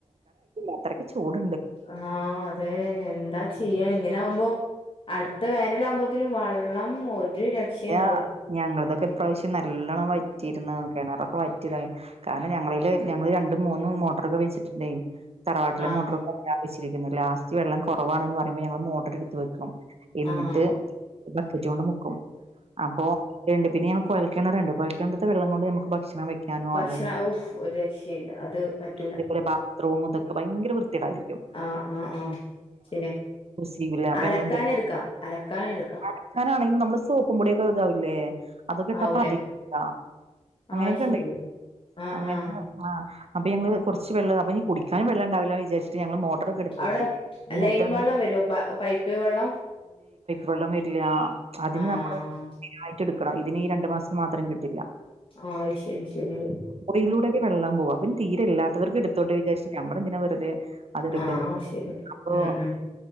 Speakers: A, on the right; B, on the left.
A: അത്രക്ക് ചൂട്
B: ആഹ അതെ എന്താ ചെയ്യാ ഇങ്ങനെ ആകുമ്പോ അടുത്ത വേനല് ആകുമ്പോഴേനും വെള്ളം ഒരു രക്ഷയും ഉണ്ടാവൂല
A: എ ഞങ്ങൾതൊക്കെ പ്രാവശ്യം നല്ലോണം വറ്റിയിരുന്നു കിണറൊക്കെ വറ്റിയതായി കാരണം ഞങ്ങളില് ഞങ്ങള് രണ്ടും മൂന്നും മൊട്ടറൊക്കെ വെച്ചിട്ടുണ്ടെ തറവാട്ടില്
B: ആഹ്
A: മോട്ടർ ലാസ്റ്റ് വെള്ളം കുറവാ ന്ന് പറയുമ്പോ മോട്ടർ എടുത്ത് വെക്കും എന്നിട്ട്
B: ആഹ്
A: ബക്കറ്റ് കൊണ്ട് മുക്കും അപ്പൊണ്ട് പിന്നെ ഞ കുഴൽക്കിണർ ഉണ്ട് കൊയൽ ക്കിണറത്തെ വെള്ളം കൊണ്ട് നമുക്ക് ഭക്ഷ വെക്കാനോ
B: ഭക്ഷണ
A: അല്ലെങ്കിൽ
B: ഊഫ് ഒരു രക്ഷയില്ല അത് പറ്റൂല
A: അതെ പോലെ ബാത്ത് റൂം ഇതൊക്കെ ഭയങ്കര വൃ ത്തിയെടായിരിക്കും
B: ആ ആഹ ആഹ ശരിയാ
A: യൂസെയ്യൂല അപ്പൊ
B: അലക്കാന്
A: ഞങ്ങളെന്താ
B: എടുക്കാം അലക്കാന് എടുക്കാം
A: അലക്കാനാണെങ്കിലും നമ്മള് സോപ്പും പൊടിയൊക്കെ ഇതാവില്ലേ അതൊക്കെട്ട
B: ആവൂലേ
A: പതയില്ല അങ്ങനെയൊക്കെ
B: ആഹ് ശരി
A: ഉണ്ട്
B: ആഹ്
A: അങ്ങനത്തെ
B: ആഹ്
A: ആ അപ്പൊ ഞങ്ങള് കുറച്ച് വെള്ള അപ്പം ഇനി കുടിക്കാനും വെള്ളം ഉണ്ടാവില്ല വിചാരീച്ചു മോട്ടറൊക്കെ എടുത്ത്
B: അവിടെ
A: വെക്കും എന്നിട്ട്
B: ലൈൻ വെള്ളം വരോ പൈപ്പ് വെള്ളം
A: വെള്ളം വരില്ല അതിന്
B: ആഹ്
A: നമ്മള് അതിനായിട്ട എടുക്കണം ഇതിന് ഈ രണ്ടു മാസത്തിന് മാത്രം കിട്ടില്ല
B: ആഹ് ശരി ശരി
A: പിയിലൂടെക്കെ വെള്ളം പോവൻ തീരല്ലാത്തവർക്ക് എടുത്തോട്ടെ ന്ന് വിചരിച് നമ്മള് എന്തിനാ വെറുതെ അതെടുക്ക
B: ആഹ് ശരി
A: അപ്പൊ
B: ഉം ഉം